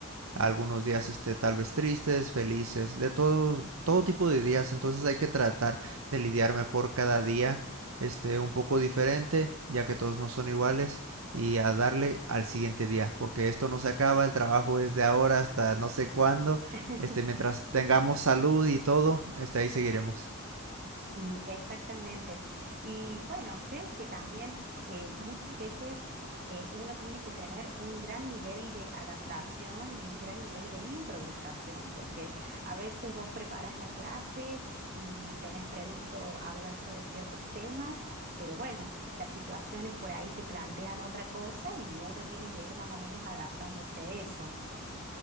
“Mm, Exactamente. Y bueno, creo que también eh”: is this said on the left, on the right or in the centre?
Right